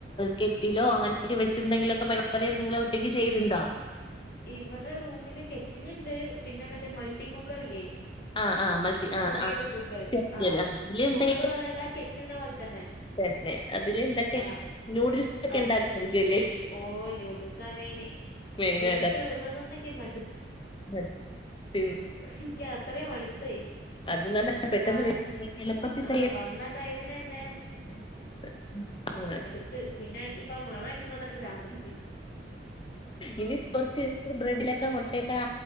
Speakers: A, on the left; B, on the left.
A: കെറ്റിലോ അങ്ങനെയൊക്കെ വെച്ച് എന്തെങ്കിലൊക്കെ പരിപാടികള് നിങ്ങള് ഒറ്റയ്ക്ക് ചെയ്യല്ണ്ടോ
B: ഇവടെ റൂമില് കെറ്റില്ണ്ട് പിന്നെ മറ്റേ മൾട്ടി കുക്കറ്ല്ലേ
A: ആഹ് ആഹ് മൾട്ടി ആഹ്
B: ചെറിയൊരു
A: ആഹ്
B: കുക്കറ്
A: ചെറിയത്
B: ആഹ്
A: അതില് എന്തെങ്കിലും
B: കുക്കറ് പോലെയല്ല കെറ്റിൽനെ പോലെ തന്നെ
A: വെ അതില് എന്തൊക്കെ
B: ആഹ്
A: നൂഡിൽസ് ക്കെ
B: അത്
A: ഇണ്ടാക്കായ്രിക്കൊല്ലേ
B: ഓഹ് നൂഡിൽസാ മെയിന്
A: മെയിനായ്ട്ട്
B: നൂഡിൽസ് തിന്ന് തിന്നൊക്കെ മട്
A: <unintelligible>
B: എനിക്ക് അത്രയും മടുത്തായി
A: അത് ന്നാലെ പെട്ടെന്ന്
B: വന്ന്
A: വേ എള്പ്പത്തി
B: ആഹ്
A: ത്യ
B: വന്ന ടൈമിനെന്നെ
A: <unintelligible> ആഹ്
B: ത്ത് പിന്നെ ഇൻക്കിപ്പം മണഅടിക്കുമ്പോ തന്നെ പ്രാന്ത് പിടിക്കും
A: ഇനിസ് കൊർച്ച് ബ്രെഡിലൊക്കെ മുട്ടയൊക്കെ